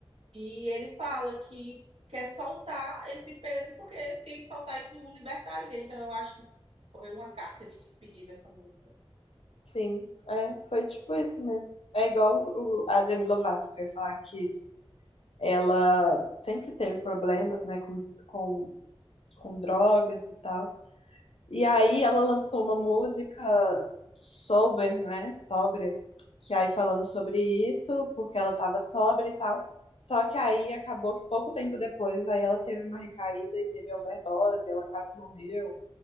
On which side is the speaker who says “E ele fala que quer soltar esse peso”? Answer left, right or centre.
Right